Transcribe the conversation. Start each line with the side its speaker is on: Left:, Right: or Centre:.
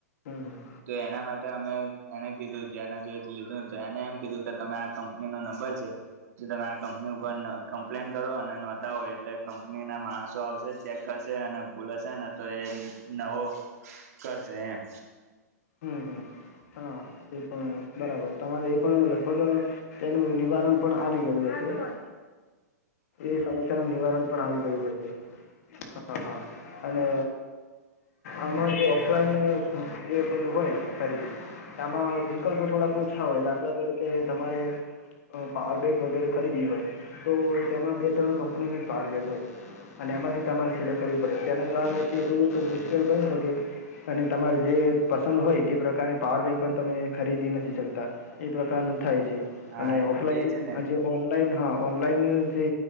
Left: હમ હમ
Right: તો એના માટે અમે એને કીધું જેના જો લીધું તો એને એમ કીધું કે તમે આ કંપનીનો નંબર છે. જો તમે આ કંપની ઉપર કમ્પ્લેન કરો અને નોધાંવો એટલે કંપનીના માણસો આવશે ચેક કરશે છે અને ભૂલે હશેને તો એ નવો કરશે એમ
Left: હમ હમ હા એ પણ બરાબર તમારે એ પણ લગભગ તેનું નિવારણ પણ આવી ગયું હશે. એ સમસ્યાનું નિવારણ પણ આવી ગયું હશે. હા હા અને આમાં જે ઓફલાઈન સો લું હોય ખરી આમાં વિકલ્પ થોડાક ઓછા હોય દાખલા તારીખે તમારે પાવરબેંક વગેરે ખરીદી હોય તો તેમાં બે ત્રણ કંપનીની. પાવરબેન્ક હોય અને એમાંથી તમારે સિલેક્ટ કરવી પડે તેના બની શકે અને તમારે જે પસંદ હોય તે પ્રકારની પાવર બેક પણ તમે ખરીદી નથી શકતા એ પ્રકારનું થાય છે
Right: હા
Left: અને ઓફલાઈન
Right: એજ ને
Left: આજે ઓનલાઈન હા ઓનલાઈન જે